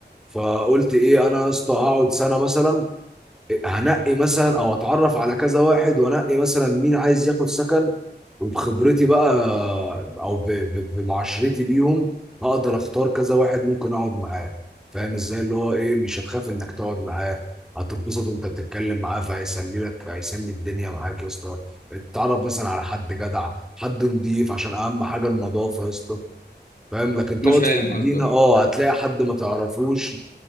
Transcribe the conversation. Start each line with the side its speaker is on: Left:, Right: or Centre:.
Centre: فقلت ايه انا يا اسطى هقعد سنه مثلا هنقي مثلا او اتعرف على كذا واحد وانقي مثلا مين عايز ياخد سكن وبخبرتي بقى او ب- ب- بمعاشرتي ليهم هقدر اختار كذا واحد ممكن اقعد معاه فاهم ازاي اللي هو ايه مش هتخاف انك تقعد معاه هتتبسط وانت بتتكلم معاه فهيسلي لك هيسلي الدنيا معاك يا اسطى اتعرف مثلا على حد جدع حد نضيف عشان اهم حاجه النظافه يا اسطى فاهم لكن تقعد
Left: انا فاهم
Centre: في المدينه
Left: قصدك
Centre: اه هتلاقي حد ما تعرفوش